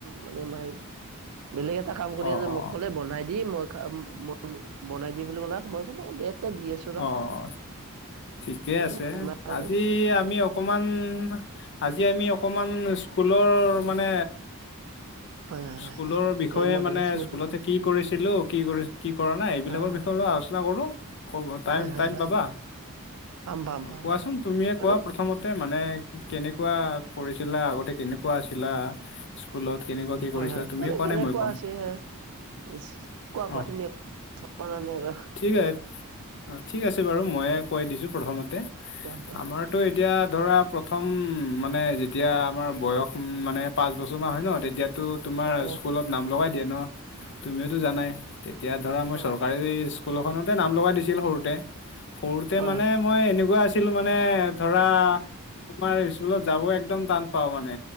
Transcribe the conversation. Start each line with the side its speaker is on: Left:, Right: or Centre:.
Right: মানে মায় বেলেগ এটা কাম কৰি
Left: অ
Right: আছে।
Left: অ
Right: মোক ক'লে বনাই দে মই খাম মই বনাই দে বুলি ক'লে আও। মই ক'লো দে দে দি আছোঁ।
Left: অঁ ঠিকে
Right: তাৰপিছত
Left: আছে।
Right: বনাই আছো।
Left: আজি আমি অকমান আজি আমি অকমান স্কুলৰ মানে
Right: হয়, হয়,
Left: স্কুলৰ
Right: হয়,
Left: বিষয়ে
Right: এই মধুৰ
Left: মানে
Right: স্মৃতি
Left: স্কুলতে কি কৰিছিলোঁ, কি কৰি কি কৰা নাই এইবিলাকৰ
Right: অ',
Left: বিষয়ে অলপ আলোচনা কৰোঁ। ক'বা টাইম-
Right: হয়, হয়,
Left: টাইম
Right: হয়,
Left: পাবা?
Right: পাম, পাম, পাম।
Left: কোৱাচোন তুমিয়ে
Right: মানে
Left: কোৱা প্ৰথমত তে মানে কেনেকুৱা কৰিছিলা, আগতে কেনেকুৱা আছিলা? স্কুলত কেনেকুৱা কি
Right: হয়,
Left: কৰিছিলা
Right: হয়।
Left: তুমিয়ে
Right: মানে
Left: কোৱা
Right: কেনেকুৱা
Left: নাই মই ক'ম
Right: আছে হে স্ কোৱা,
Left: অ
Right: কোৱা তুমিয়ে <unintelligible>
Left: ঠিক আ অ ঠিক আছে বাৰু মইয়ে কৈ দিছোঁ প্ৰথমতে।
Right: কোৱা কোৱা
Left: আমাৰটো
Right: কোৱা
Left: এতিয়া ধৰা প্ৰথম মানে যেতিয়া আমাৰ বয়স মানে পাঁচ বছৰমান হয় ন' তেতিয়া টো তোমাৰ
Right: অ
Left: স্কুলত নাম লগাই দিয়ে ন' তুমিওটো জানাই? তেতিয়া ধৰা মই
Right: অ
Left: চৰকাৰী স্কুল এখনতে নাম লগাই দিছিল সৰুতে। সৰুতে
Right: হয়
Left: মানে
Right: হয়
Left: মই এনেকুৱা আছিলো মানে ধৰা তোমাৰ স্কুলত যাব একদম টান পাওঁ মানে।